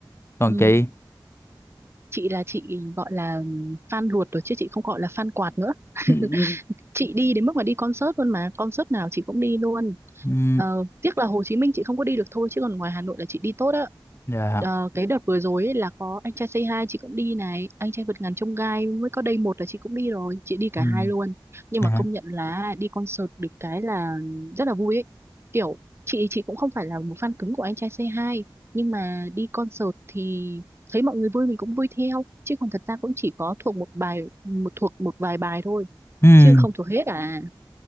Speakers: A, on the left; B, on the right.
A: còn
B: ừ.
A: chị
B: Chị là chị gọi là fan ruột rồi chứ chị không gọi là fan quạt nữa. <laughs>
A: Ừ.
B: chị đi đến mức mà đi concert luôn mà concert nào chị cũng đi luôn
A: Ừ.
B: Ờ, tiếc là Hồ Chí Minh chị không có đi được thôi chứ còn ngoài Hà Nội là chị đi tốt á
A: dạ
B: Ờ, cái đợt vừa rồi ấy là có anh trai Say Hi chị cũng đi này anh trai vượt ngàn chông gai mới có đây một là chị cũng đi rồi chị đi cả
A: Ừ.
B: hai luôn nhưng
A: Dạ.
B: mà công nhận là đi concert được cái là rất là vui ấy kiểu chị chị cũng không phải là một fan cứng của anh trai Say Hi nhưng mà đi concert thì thấy mọi người vui mình cũng vui theo chứ còn thật ra cũng chỉ có thuộc một bài một thuộc một vài bài thôi
A: Ừ.
B: chứ không thuộc hết à